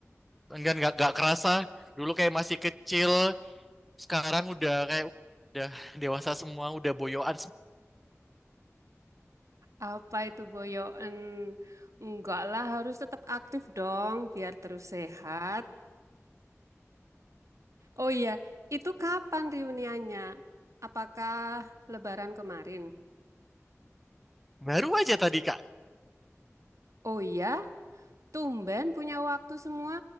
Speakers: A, in the centre; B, on the right (about 75°).
A: enggak nggak nggak kerasa dulu kayak masih kecil sekarang udah kayak udah <laughs> dewasa semua udah boyoan
B: Apa itu boyoen? Enggak lah, harus tetap aktif dong biar terus sehat. Oh iya, itu kapan reuniannya? Apakah lebaran kemarin?
A: baru aja tadi kak
B: Oh iya, tumben punya waktu semua.